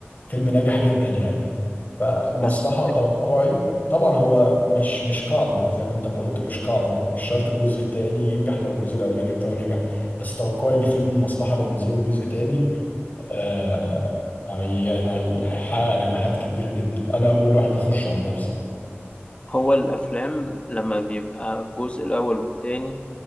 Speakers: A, on the left; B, on the left.
A: فيلم ناجح جدا يعني فالمصلحة
B: بس
A: توقعي طبعا هو مش مش قاعدة زي ما انت ما قلت مش قاعدة مش شرط الجزء التاني ينجح لو الجزء الاولاني بتاعه نجح بس توقعي ان فيلم المصلحة لو نزل له جزء تاني آه هي هي هيحقق نجاحات كبيرة جدا انا اول واحد اخشه عن نفسي
B: هو الافلام لما بيبقى الجزء الاول والتاني